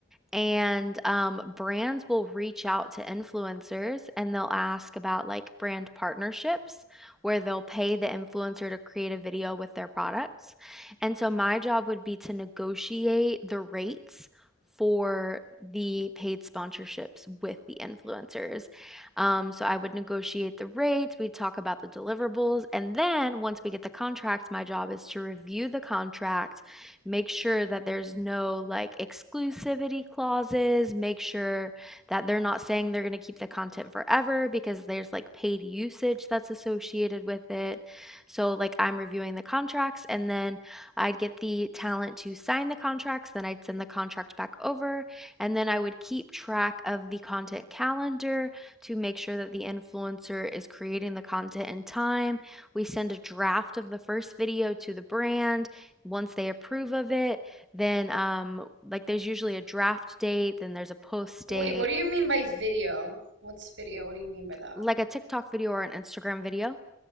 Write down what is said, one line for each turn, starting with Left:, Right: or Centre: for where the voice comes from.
Centre: And um, brands will reach out to influencers and they'll ask about like brand partnerships where they'll pay the influencer to create a video with their products. And so my job would be to negotiate the rates for the paid sponsorships with the influencers. Um, so I would negotiate the rates, we'd talk about the deliverables, and then once we get the contract, my job is to review the contract make sure that there's no like exclusivity clauses, make sure that they're not saying they're going to keep the content forever because there's like paid usage that's associated with it. So, like, I'm reviewing the contracts and then I'd get the talent to sign the contracts, then I'd send the contract back over, and then I would keep track of the content calendar to make sure that the influencer is creating the content in time. We send a draft of the first video to the brand once they approve of it, then um, like there's usually a draft date, then there's a post date,
Right: Wait, what do you mean by video? What's video? What do you mean by that?
Centre: like a TikTok video or an Instagram video,